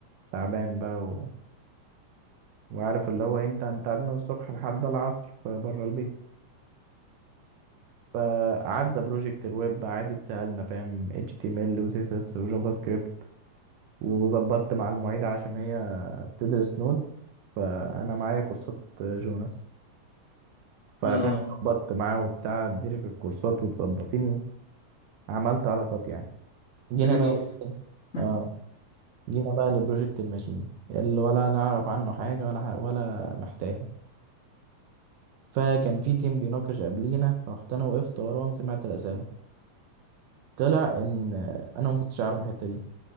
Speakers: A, on the right; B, on the left.
A: تعبان بقى و... وعارف اللي هو إيه، انت انت قعدنا من الصبح لحد العصر فبره البيت فعدى بروجكت الويب عادي اتسألنا فاهم HTML و CSS و جافا سكريبت وظبطت مع المعيدة عشان هي بتدرس نود فأنا معايا كورسات جوناس ففاهم
B: اه
A: ظبطت معاه وبتاع اديلك الكورسات وتظبطيني وعملت علاقات يعني جينا
B: تريد
A: بقى
B: اوف <laughs>
A: اه جينا بقى لبروجكت الماشين اللي ولا نعرف عنه حاجة ولا ح- ولا محتاجة فكان في تيم بيناقش قبلينا رحت أنا وقفت وراهم سمعت الأسئلة طلع إن أنا ما كنتش عارف الحتة دي